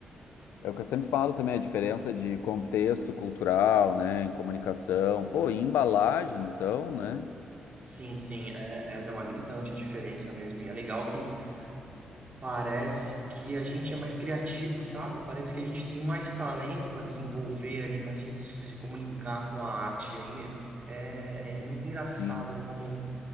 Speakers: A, on the left (about 80°); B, on the right (about 40°).
A: é o que eu sempre falo também, a diferença de contexto cultural, né, em comunicação. Pô, e embalagem, então, né?
B: Sim, sim, é, é, não, é gritante a diferença mesmo. E é legal que parece que a gente é mais criativo, sabe? Parece que a gente tem mais talento para desenvolver ali, para a gente se, se comunicar com a arte. aí é, é, é muito engraçado
A: Sim.
B: como,